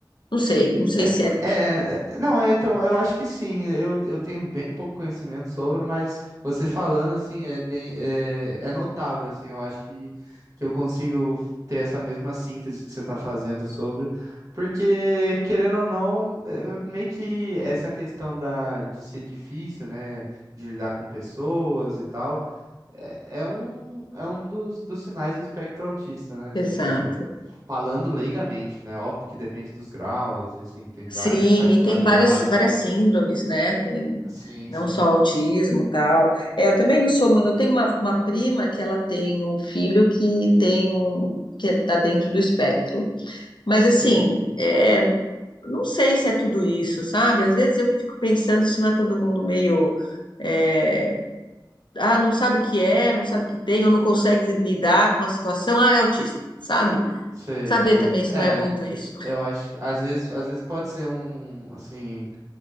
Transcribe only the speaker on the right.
É,
é, é- não, é, então, eu acho que sim. Eu, eu tenho bem pouco conhecimento sobre, mas você falando, assim, é bem, é, é notável, assim, eu acho que, que eu consigo ter essa mesma síntese que você está fazendo sobre, porque, querendo ou não, é, meio que essa questão da, de ser difícil, né, de lidar com pessoas e tal, é é um, é um dos, dos sinais do espectro autista, né?
Assim, é, falando leigamente, né? Óbvio que depende dos graus, e assim, tem
várias Sim, particularidades.
sim.
Sim, sim.
Sim,
sei,
sei.
É,
eu acho que às vezes, às vezes pode ser um, assim,